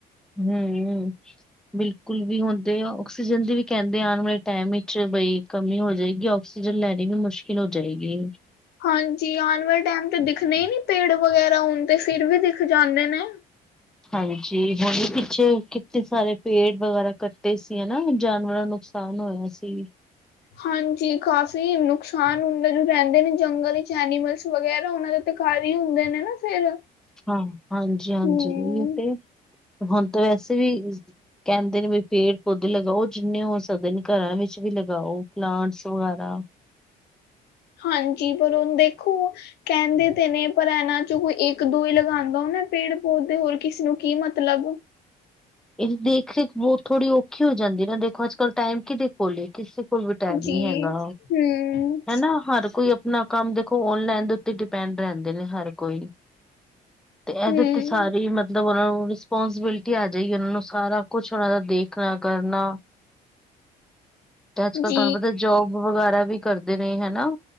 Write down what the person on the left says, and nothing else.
ਹਾਂਜੀ ਆਉਣ ਵਾਲੇ ਟਾਈਮ ਤੇ ਦਿਖਣੇ ਹੀ ਨਹੀਂ ਪੇੜ ਵਗੈਰਾ ਹੁਣ ਤੇ ਫਿਰ ਵੀ ਦਿੱਖ ਜਾਂਦੇ ਨੇ।
ਹਾਂਜੀ ਕਾਫ਼ੀ ਨੁਕਸਾਨ ਹੁੰਦਾ ਜੋ ਰਹਿੰਦੇ ਨੇ ਜੰਗਲ ਵਿੱਚ ਐਨੀਮਲਸ ਵਗੈਰਾ ਉਹਨਾਂ ਦੇ ਤਕਾਰੀ ਹੁੰਦੇ ਨੇ ਨਾ ਫਿਰ
ਹੂੰ
ਹਾਂਜੀ ਪਰ ਹੁਣ ਦੇਖੋ। ਕਹਿੰਦੇ ਤੇ ਨੇ ਪਰ ਇਹਨਾਂ 'ਚ ਕੋਈ ਇੱਕ ਦੋ ਹੀ ਲਗਾਉਂਦਾ ਉਹ ਨਾ ਪੇੜ ਪੌਦੇ ਦੇ ਹੋਰ ਕਿਸੇ ਨੂੰ ਕੀ ਮਤਲਬ
ਜੀ
ਹੂੰ
ਹੂੰ
ਜੀ,